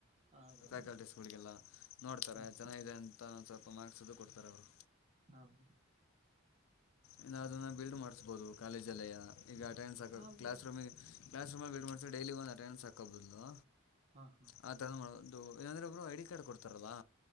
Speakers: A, on the right; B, on the left.
A: ಹಾ ಬ್ರೋ
B: ಫ್ಯಾಕಲ್ಟೀಸ್ಗಳಿಗೆಲ್ಲ ನೋಡ್ತಾರೆ
A: ಹಾ
B: ಚೆನ್ನಾಗಿದೆ ಅಂತ ಒಂದು ಸ್ವಲ್ಪ ಮಾರ್ಕ್ಸದು ಕೊಡ್ತಾರೆ ಅವ್ರು.
A: ಹ ಬ್ರೋ
B: ಇನ್ನು ಅದನ್ನು ಬಿಲ್ಡ್ ಮಾಡ್ಸ್ಬೋದು ಕಾಲೇಜಲ್ಲೇಯ ಈಗ ಅಟೆಂಡೆನ್ಸ್ ಹಾಕೋದ್
A: ಹಾ ಬ್ರೋ
B: ಕ್ಲಾಸ್ ರೂಮಿಗೆ ಕ್ಲಾಸ್ ರೂಮಲ್ಲಿ ಬಿಟ್ಟ ಮನುಷ್ಯನಿಗೆ ಡೈಲಿ ಒಂದು ಅಟೆಂಡೆನ್ಸ್ ಹಾಕೋಬದ್ಲು
A: ಹಾ ಹಾ
B: ಆ ಥರ ಮಾಡ್ಬೋದ್. ಅದು ಏನಂದ್ರೆ ಬ್ರೊ ಐ ಡಿ ಕಾರ್ಡ್ ಕೊಡ್ತಾರಲ್ಲಾ